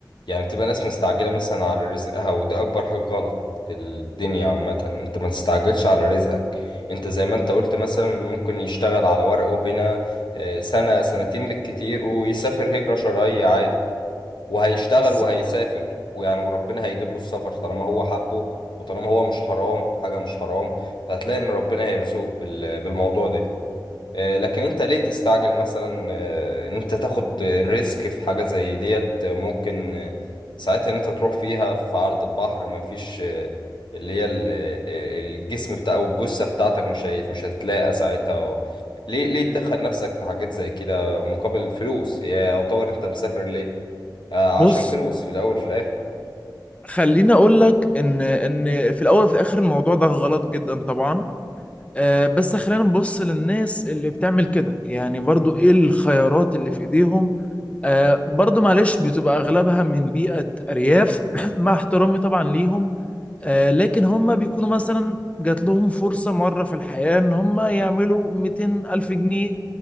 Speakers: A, on the left (about 75°); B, on the left (about 15°).
A: يعني بتبقى ناس مستعجله مثلا على رزقها ودي اكبر حاجه غلط في الدنيا عامه انت ما تستعجلش على رزقك انت زي ما انت قلت مثلا ممكن يشتغل على ورقه هنا آه، سنه سنتين بالكتير ويسافر هجره شرعيه عادي وهيشتغل
B: بالظبط
A: وهيسافر ويعني وربنا هيجيب له السفر طالما هو حبه وطالما هو مش حرام حاجه مش حرام فهتلاقي ان ربنا هيرزقه بال- بالموضوع ده آه، لكن انت ليه تستعجل مثلا آه، ان انت تاخد ريسك في حاجة زي ديت آه، ممكن آه، ساعتها ان انت تروح فيها في عرض البحر مفيش آه، اللي هي ال- آه، الجسم بتاع او الجثة بتاعتك مش هي- مش هتلاقى ساعتها و... ليه ليه تدخل نفسك في حاجات زي كده مقابل الفلوس هي يعتبر انت مسافر ليه آه،
B: بص
A: عشان فلوس في الاول في الاخر
B: خليني اقول لك ان ان في الاول وفي الاخر الموضوع ده غلط جدا طبعا آه، بس خلينا نبص للناس اللي بتعمل كده يعني برضو ايه الخيارات اللي في ايديهم آه، برضو معلش بتبقى اغلبها من بيئة ارياف <clears throat> مع احترامي طبعا ليهم آه، لكن هم بيكونوا مثلا جات لهم فرصة مرة في الحياة ان هم يعملوا 200 الف جنيه